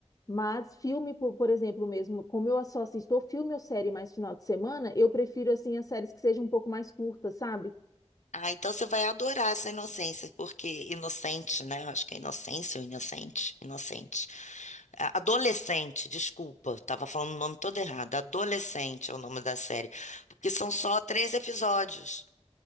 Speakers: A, on the left; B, on the left.
A: Mas filme, por, por exemplo, mesmo, como eu só assisto ou filme ou série mais final de semana, eu prefiro, assim, as séries que sejam um pouco mais curtas, sabe?
B: Ah, então você vai adorar essa inocência, porque inocente, né? Eu acho que é inocência ou inocente, inocente. A- Adolescente, desculpa, estava falando o nome todo errado. Adolescente é o nome da série, porque são só três episódios.